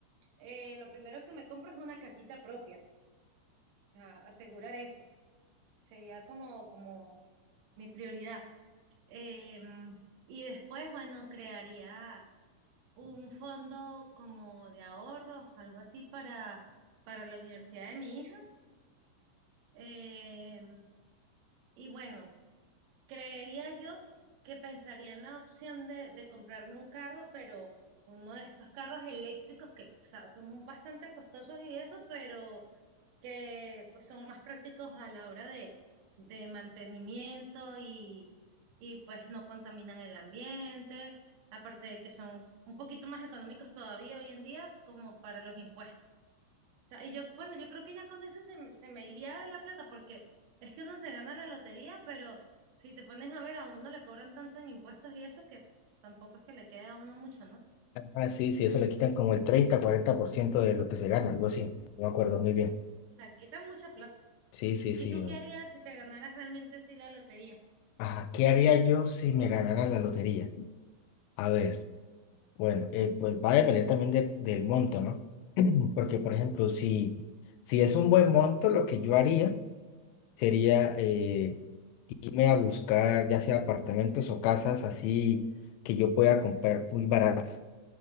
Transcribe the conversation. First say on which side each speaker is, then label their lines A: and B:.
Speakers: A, on the right (about 70°); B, on the left (about 85°).
A: eh, lo primero que me compro es una casita propia, o sea, asegurar eso. Sería como, como mi prioridad. Em, y después, bueno, crearía un fondo como de ahorros, algo así para, para la universidad de mi hija. Em, y bueno, creería yo que pensaría en la opción de, de comprarme un carro, pero uno de estos carros eléctricos que, o sea, son bastante costosos y eso, pero que pues son más prácticos a la hora de, de mantenimiento y, y pues no contaminan el ambiente, aparte de que son un poquito más económicos todavía hoy en día como para los impuestos. O sea, y yo, bueno, yo creo que ya con eso se, m- se me iría la plata porque es que uno se gana la lotería, pero si te pones a ver, a uno le cobran tanto en impuestos y eso que tampoco es que le quede a uno mucho, ¿no? O
B: Ah, sí, sí, eso le quitan como el treinta cuarenta por ciento de lo que se gana, algo así. No me acuerdo muy bien.
A: sea, quitan mucha plata.
B: Sí, sí, sí.
A: ¿Y tú qué
B: o-
A: harías si te ganaras realmente sí la lotería?
B: Ajá, ¿qué haría yo si me ganara la lotería? A ver, bueno, eh, pues va a depender también de- del monto, ¿no? <clears throat> Porque, por ejemplo, si, si es un buen monto, lo que yo haría sería eh, irme a buscar ya sea apartamentos o casas así que yo pueda comprar muy baratas.